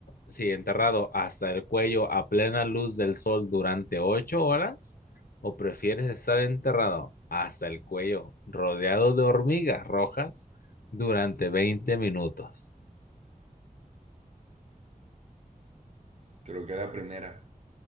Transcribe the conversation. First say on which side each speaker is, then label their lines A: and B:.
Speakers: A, on the left; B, on the right.
A: sí, enterrado hasta el cuello a plena luz del sol durante ocho horas? ¿O prefieres estar enterrado hasta el cuello rodeado de hormigas rojas durante 20 minutos?
B: Creo que la primera.